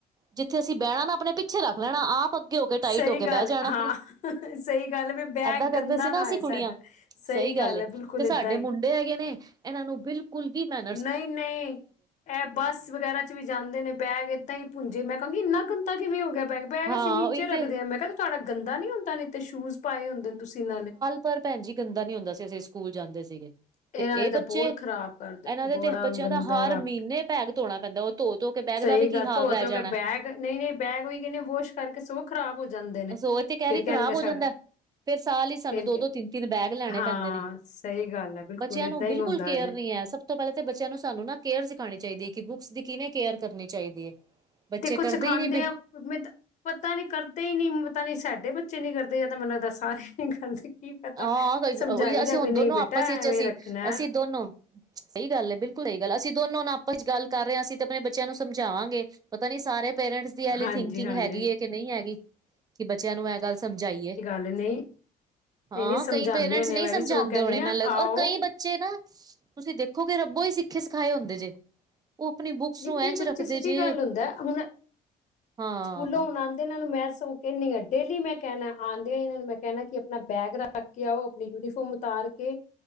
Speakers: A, on the right (about 25°); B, on the left (about 45°).
A: ਜਿੱਥੇ ਅਸੀਂ ਬਹਿਣਾ ਨਾ, ਆਪਣੇ ਪਿੱਛੇ ਰੱਖ ਲੈਣਾ ਆਪ ਅੱਗੇ ਹੋ ਕੇ, ਟਾਈਟ
B: ਸਹੀ
A: ਹੋ ਕੇ
B: ਗੱਲ
A: ਬਹਿ ਜਾਣਾ,
B: ਹਾਂ ਸਹੀ ਗੱਲ ਵੀ ਬੈਗ
A: ਏਦਾਂ ਕਰਦੇ
B: ਗੰਦਾ
A: ਸੀ ਨਾ ਅਸੀਂ
B: ਹੋਏ
A: ਕੁੜੀਆਂ
B: ਸਾਡਾ
A: ਸਹੀ ਗੱਲ,
B: ਹੈ ਬਿਲਕੁਲ
A: ਤੇ ਸਾਡੇ
B: ਏਦਾਂ ਹੀ
A: ਮੁੰਡੇ ਹੈਗੇ ਨੇ ਇਹਨਾਂ ਨੂੰ ਬਿਲਕੁਲ ਵੀ ਮੈਂ
B: ਨਹੀਂ-ਨਹੀਂ ਇਹ ਬੱਸ ਵਗੈਰਾ ਚ ਵੀ ਜਾਂਦੇ ਨੇ, ਬੈਗ ਏਦਾਂ ਹੀ ਭੁੰਜੇ ਮੈਂ ਕਹਾਂਗੀ, ਇੰਨਾ ਗੰਦਾ ਕਿਵੇਂ ਹੋ ਗਿਆ ਬੈਗ ਬੈਗ
A: ਹਾਂ
B: ਅਸੀਂ ਨੀਚੇ
A: ਉਹੀ
B: ਰੱਖਦੇ
A: ਤੇ
B: ਹਾਂ, ਮੈਂ ਕਿਹਾ ਤੁਹਾਡਾ ਗੰਦਾ ਨਹੀਂ ਹੁੰਦਾ, ਨਹੀਂ ਤੇ ਸ਼ੂਜ ਪਾਏ ਹੁੰਦੇ ਨੇ ਤੁਸੀਂ ਨਾਲ
A: ਪਰ ਭੈਣ ਜੀ, ਗੰਦਾ ਨੀ ਹੁੰਦਾ ਸੀ, ਅਸੀਂ ਸਕੂਲ ਜਾਂਦੇ ਸੀਗੇ
B: ਇਹਨਾਂ
A: ਤੇ
B: ਨੇ
A: ਇਹ
B: ਤਾਂ
A: ਬੱਚੇ,
B: ਬਹੁਤ ਖ਼ਰਾਬ ਕਰਦੇ
A: ਇਹਨਾਂ ਦੇ
B: ਬੜਾ
A: ਤੇ, ਬੱਚਿਆਂ
B: ਗੰਦਾ
A: ਦਾ ਹਰ
B: ਰੱਖ
A: ਮਹੀਨੇ ਪੈਗ ਧੋਣਾ ਪੈਂਦਾ ਉਹ ਧੋ ਧੋ ਕੇ ਬੈਗ
B: ਸਹੀ
A: ਦਾ ਵੀ ਕੀ
B: ਗੱਲ,
A: ਹਾਲ
B: ਧੋ-
A: ਰਹਿ
B: ਧੋ
A: ਜਾਣਾ।
B: ਕੇ ਬੈਗ ਨਹੀਂ -ਨਹੀਂ ਬੈਗ ਉਹੀ ਕਹਿੰਦੇ, ਵੋਸ਼ ਕਰਕੇ ਸੋਹ ਖ਼ਰਾਬ ਹੋ ਜਾਂਦੇ ਨੇ
A: ਸੋ ਇਹ ਤੇ ਕਹਿ
B: ਫਿਰ
A: ਰਹੇ ਖਰਾਬ
B: ਕਹਿਣਗੇ
A: ਹੋ
B: ਸਾਡਾ
A: ਜਾਂਦਾ,। ਫੇਿਰ ਸਾਲ ਹੀ ਸਾਨੂੰ
B: ਫਿਰ
A: ਦ
B: ਕੇ
A: ਦੋ ਤਿੰਨ ਤਿੰਨ ਬੈਗ ਲੈਣੇ
B: ਹਾਂ
A: ਪੈਂਦੇ ਨੇ
B: ਸਹੀ ਗੱਲ ਹੈ ਬਿਲਕੁਲ
A: ਬੱਚਿਆਂ
B: ਏਦਾਂ
A: ਨੂੰ ਬਿਲਕੁਲ
B: ਹੀ ਹੁੰਦਾ
A: ਕੇਅਰ
B: ਜੇ
A: ਨਹੀਂ ਸਭ ਤੋਂ ਪਹਿਲਾਂ, ਤਾਂ ਬੱਚਿਆਂ ਨੂੰ ਸਾਨੂੰ ਨਾ ਕੇਅਰ ਸਿਖਾਣੀ ਚਾਹੀਦੀ ਹੈ, ਕਿ ਬੁੱਕਸ ਦੀ ਕਿਵੇਂ ਕੇਅਰ ਕਰਨੀ, ਚਾਹੀਦੀ ਹੈ। ਬੱਚੇ
B: ਦੇਖੋ
A: ਕਰਦੇ
B: ਸਿਖਾਉਂਦੇ
A: ਹੀ ਨਹੀਂ
B: ਆ ਮ ਤਾਂ ਪਤਾ ਨੀ, ਕਰਦੇ ਹੀ ਨੀ, ਪਤਾ ਨੀ ਸਾਡੇ ਬੱਚੇ ਨੀ ਕਰਦੇ, ਯ ਤਾਂ ਮੈਨੂੰ ਲੱਗਦਾ ਸਾਰੇ ਨੀ ਕਰਦੇ ਕੀ ਪਤਾ
A: ਹਾਂ
B: ਸਮਝਾਈ
A: ਉਹੀ ਅਸੀਂ
B: ਦਾ
A: ਹੁਣ
B: ਵੀ ਨਹੀਂ
A: ਦੋਨੋ
B: ਬੇਟਾ
A: ਆਪਸ ਵਿੱਚ
B: ਐਵੇਂ
A: ਅਸੀਂ,
B: ਰੱਖਣਾ
A: ਅਸੀਂ ਦੋਨੋ ਸਹੀ ਗੱਲ ਹੈ ਬਿਲਕੁਲ ਗੱਲ ਅਸੀਂ ਦੋਨੋ ਨਾਲ ਆਪਾਂ ਚ ਗੱਲ ਕਰ ਰਹੇ ਹਾਂ। ਅਸੀਂ ਤੇ ਆਪਣੇ ਬੱਚਿਆਂ ਨੂੰ ਸਮਝਾਵਾਂਗੇ, ਪਤਾ ਨੀ ਸਾਰੇ ਪੇਰੈਂਟਸ ਦੀ ਐ ਵਾਲੀ
B: ਹਾਂਜੀ
A: ਥਿੰਕਿੰਗ,
B: ਹਾਂਜੀ
A: ਹੈਗੀ ਹੈ ਕਿ ਨਹੀਂ ਹੈਗੀ, ਕਿ ਬੱਚਿਆਂ ਨੂੰ ਇਹ ਗੱਲ, ਸਮਝਾਈਏ।
B: ਅਰੇ ਨਹੀਂ
A: ਹਾਂ
B: ਨਹੀਂ ਨਹੀਂ ਸਮਝਾਉਂਦੇ
A: ਕਈ ਪੇਰੈਂਟਸ
B: ਹੁੰਦੇ
A: ਨਹੀਂ
B: ਆ, ਮੈਂ
A: ਸਮਝਾਉਦੇ
B: ਵੀ ਸਗੋਂ ਕਹਿੰਦੀ
A: ਹੋਣੇ,
B: ਹਾਂ
A: ਮ ਲੱਗ
B: ਆਓ
A: ਕਈ ਬੱਚੇ ਬੱਚੇ ਨਾ ਤੁਸੀਂ ਦੇਖੋਗੇ, ਰੱਬੋ ਹੀ ਸਿੱਖੇ ਸਿਖਾਏ ਹੁੰਦੇ ਜੇ ਉਹ ਆਪਣੀ ਬੁੱਕਸ
B: ਨਹੀਂ
A: ਨੂੰ,
B: ਕਈ
A: ਇਂਝ
B: ਬੱਚੇ
A: ਰੱਖਦੇ
B: ਸੱਚੀ
A: ਜੇ
B: ਗੱਲ ਹੁੰਦਾ ਹੁਣ
A: ਹਾਂ
B: ਸਕੂਲੋਂ ਹੁਣ, ਆਦੇ ਏਨਾ ਨੂੰ ਮੈਂ ਕਿੰਨੀ ਆ ਡੇਲੀ ਮੈਂ ਕਹਿਣਾ, ਆਉਂਦਿਆਂ ਇਹਨਾਂ ਨੂੰ ਮੈਂ ਕਹਿਣਾ ਕਿ ਆਪਣਾ ਬੈਗ ਰੱਖ ਕੇ ਆਓ, ਆਪਣੀ ਯੂਨੀਫਾਰਮ ਉਤਾਰ, ਕੇ